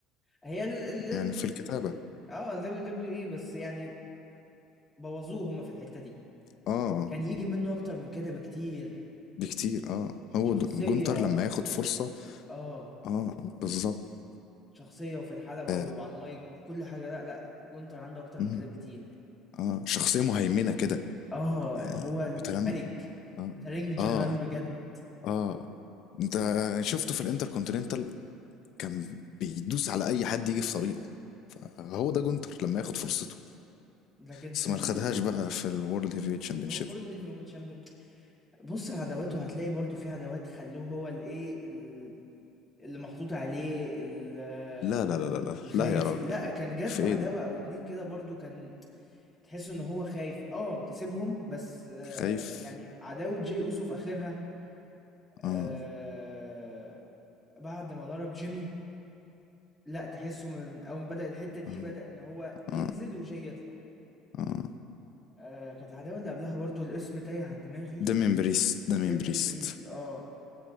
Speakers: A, in the centre; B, on the left.
A: هي ال ال ال
B: يعني في الكتابه
A: اه ال دبليو دبليو اي بس يعني بوظوه هما في الحتة دي
B: اه
A: كان يجي منه اكتر من كده بكتير
B: بكتير اه هو
A: شخصية
B: د- جونتر لما
A: و
B: ياخد فرصه
A: اه
B: اه بالظبط
A: شخصية وفي الحلبة
B: آه.
A: وعلى المايك وفي كل حاجة لا لا جونتر عنده اكتر
B: مم.
A: من كده بكتير
B: اه شخصيه مهيمنه كده
A: اه
B: يعني
A: هو الملك
B: متنمر اه
A: ذا رينج جنرال
B: اه
A: بجد
B: اه انت شفته في الانتر كونتيننتال كان بيدوس على اي حد يجي في طريقه فهو ده جونتر لما ياخد فرصته
A: لكن
B: بس
A: في
B: ما
A: ال
B: خدهاش بقى في الورلد هيفي ويت
A: في
B: شامبيونشيب
A: اللي هو فورد هيفي هو تشامبيون بص على عداواته هتلاقي برضو في عداوات خلوه هو الايه ال- اللي محطوط عليه ال-
B: لا لا لا لا لا
A: الخايف
B: لا يا راجل
A: لا كان جات
B: في
A: له
B: ايه
A: عداوة
B: دي
A: او اتنين كده برضو كان تحس ان هو خايف اه كسبهم بس آه
B: خايف
A: يعني عداوة جاي اوسو في اخرها
B: اه
A: آه بعد ما ضرب جيمي لا تحسه من اول ما بدأ الحتة دي
B: اه
A: بدأ ان هو ينزل
B: اه
A: وجاي يطلع
B: اه
A: آه كانت العداوة اللي قبلها برضو الاسم تايه عن دماغي
B: دامين بريست دامين
A: ديمين
B: بريست
A: بريست اه